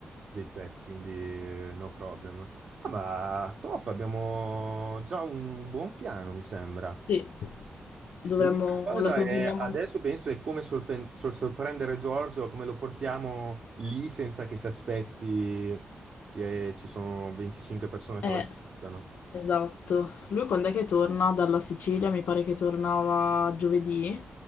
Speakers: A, on the right; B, on the left.
A: DJ set, quindi eh, no problem. Ah, ma top, abbiamo già un buon piano, mi sembra.
B: sì, dovremmo,
A: L'unica cosa
B: lo proponiamo.
A: è, adesso penso, è come sorpen- sor- sorprendere Giorgio, come lo portiamo lì senza che si aspetti che ci sono 25 persone
B: Eh,
A: che lo aspettano.
B: esatto. Lui quando è che torna dalla Sicilia? Mi pare che tornava giovedì.